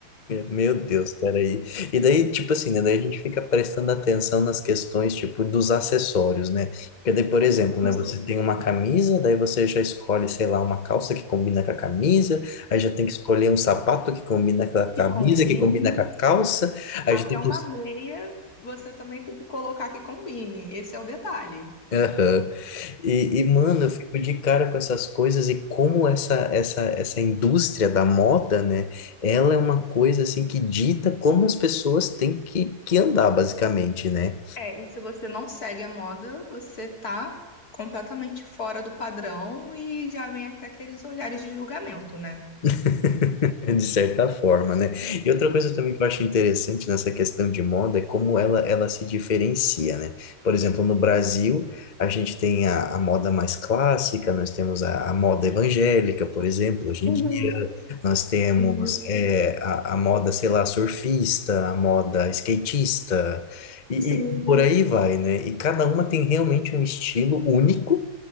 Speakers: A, on the left (about 40°); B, on the left (about 65°).
A: Meu Deus, peraí. E daí, tipo assim, né? Daí a gente fica prestando atenção nas questões, tipo, dos acessórios, né? Porque daí, por exemplo,
B: <laughs>
A: né? Você tem uma camisa, daí você já escolhe, sei lá, uma calça que combina com a camisa, aí já tem que escolher um sapato que combina com a
B: que
A: camisa,
B: combine.
A: que combina com a calça, aí
B: Até
A: já tem
B: uma
A: que
B: meia, você também tem que colocar que combine. Esse é o detalhe.
A: Aham. E, e, mano, eu fico de cara com essas coisas e como essa, essa, essa indústria da moda, né? Ela é uma coisa assim que dita como as pessoas têm que, que andar, basicamente, né?
B: É, e se você não segue a moda, você tá completamente fora do padrão e já vem até aqueles olhares de julgamento, né?
A: <laughs> De certa forma, né? E outra coisa também que eu acho interessante nessa questão de moda é como ela, ela se diferencia, né? Por exemplo, no Brasil, a gente tem a, a moda mais clássica, nós temos a, a moda evangélica, por exemplo, hoje
B: Uhum,
A: em dia, nós temos
B: isso.
A: é, a, a moda, sei lá, surfista, a moda skatista, e,
B: Sim,
A: e por aí vai, né? E cada uma tem realmente um estilo único.